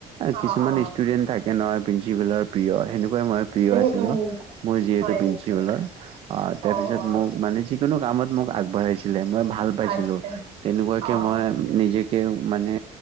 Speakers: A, on the right; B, on the right.
A: কিছুমান
B: অ অ
A: ষ্টুডেন্ট থাকে নহয়। প্ৰিঞ্চিপালৰ প্ৰিয় হেনে। মই প্ৰিয়
B: উম
A: আছিলো
B: উম
A: মোৰ যিহেতু
B: হয়
A: প্ৰিন্ঞ্চিপালৰ।
B: নেকি
A: তাৰপিছত
B: অ
A: মোক
B: অ
A: মানে যিকোনো কামত। মোক আগবঢ়াইছিলে। মই ভাল পাইছিলোঁ।
B: আচ্ছা
A: তেনেকুৱাকে
B: অ'
A: মই নিজে মানে